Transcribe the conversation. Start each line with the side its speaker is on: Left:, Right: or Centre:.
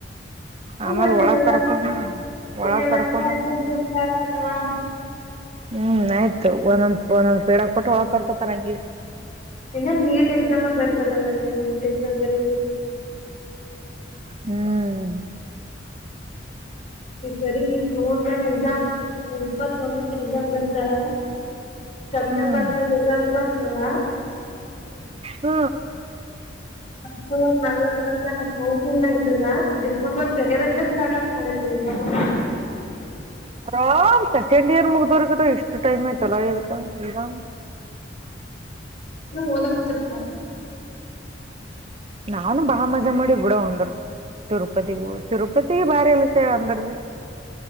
Left: ಹ
Right: ಆಮೇಲ್
Left: ಮಾಡ್ತ
Right: ಒಳಗ್
Left: ಇವಾಗ
Right: ಕರ್ಕೊಂಡ್ ಒಳಗ್
Left: ಈ ಮತವಾ
Right: ಕರ್ಕೊಂಡ್ ಹ್ಮ್ ಆಯ್ತು ಒಂದೊಂದ್ ಒಂದೊಂದ್ ಪೇಡ ಕೊಟ್ಟು ಹೊಳಡ್ತತಾರ ಹಂಗಗೆ
Left: ಇನ್ನ ನೀಟ್ ಎಕ್ಸಾಮ ಬರ್ದಲ್ಲದಲ್ಲಿ ನೀಟ್ ಎಕ್ಸಾಮ ಬರಿ
Right: ಹ್ಮ್
Left: ಈ ಸರಿ ಜೋ ಎಸಾಮ್ ಇಪ್ಪತ್ತೊಂದಕ್ಕೆ ಎಕ್ಸಾಮ್ ಬಿರ್ತಾರ ಸೆಪ್ಟೆಂಬರ್ಾಗ
Right: ಹ್ಮ್
Left: ರಿಸಲ್ಟ್ ಬ ಹಾ
Right: ಹ್ಮ
Left: ಅಕ್ಟೋಬರ್ ನವೆಂಬರ್ ತನ ಮೌಫಿಂಗ್ ಮಾಡಿದಲ್ವ ಒಂದ ಜನವರಿದಾಗ ಸ್ಟಾರ್ಟ್ ಆಗ್ ಮಾಡತ
Right: ಆಾಮ್ ಸೆಕೆಂಡ್ ಇಯರ್ ಮುಗ್ದೋರ್ಗದ ಇಷ್ಟು ಟೈಮ್ ಆಯ್ತಲ್ಲ ಇವತ್ತು ಎಕ್ಸಾಮ್
Left: ಓದಕತರ್ಕ
Right: ನಾನು ಬಹಳ ಮಜಾ ಮಾಡಿ ಬಿೂಡ ಒಂದರು ತಿರುಪತಿಗೂ ತಿರುಪತಿ ಬಾರಿ ಎಲ್ಲಷ ಅಂದ್ರ ಭ